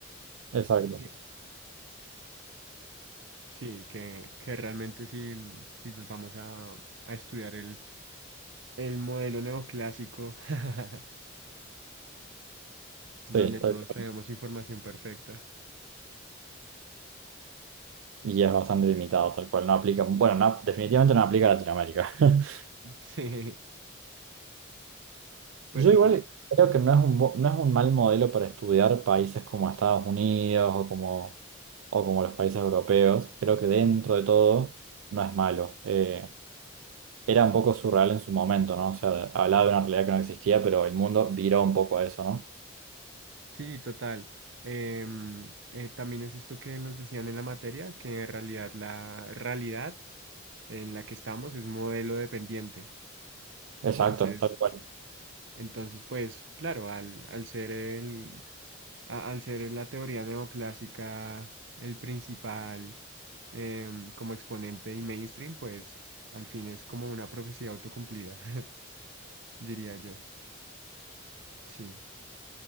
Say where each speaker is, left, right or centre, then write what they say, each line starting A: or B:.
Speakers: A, on the right (about 80°); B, on the right (about 60°).
A: Exacto.
B: Que- Sí, que, que realmente si, si nos vamos a, a estudiar el, el modelo neoclásico, <laughs> donde
A: Sí,
B: todos
A: tal cual.
B: tenemos información perfecta.
A: Y es bastante limitado, tal cual. No aplica, bueno, no, definitivamente no aplica a Latinoamérica. <laughs>
B: <laughs> Sí, pero
A: Yo igual
B: sí.
A: creo que no es un, bo- no es un mal modelo para estudiar países como Estados Unidos o como, o como los países europeos. Creo que dentro de todo no es malo. Eh, era un poco surreal en su momento, ¿no? O sea, hablaba de una realidad que no existía, pero el mundo viró un poco a eso, ¿no?
B: Sí, total. Em, eh, también es esto que nos decían en la materia, que en realidad la realidad en la que estamos es modelo dependiente.
A: Exacto,
B: Entonces,
A: tal cual.
B: entonces pues claro, al, al ser el, a- al ser la teoría neoclásica el principal em, como exponente y mainstream, pues al fin es como una profecía autocumplida, <laughs> diría yo. Sí.